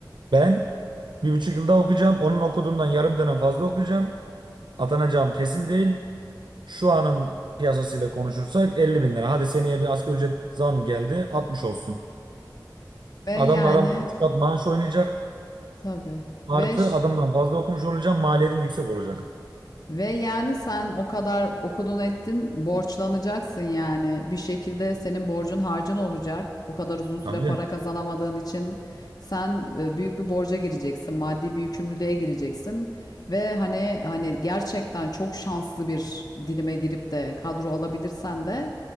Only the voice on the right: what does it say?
Ben bir buçuk yılda okuyacağım. Onun okuduğundan yarım dönem fazla okuyacağım. Atanacağım kesin değil. Şu anın piyasasıyla konuşursak 50 bin lira. Hadi seneye bir asgari ücret zam geldi 60 olsun.
Adamla aramda 3 kat maaş oynayacak.
Artı
adamdan fazla okumuş olacağım. Maliyetim yüksek olacak.
Tabii.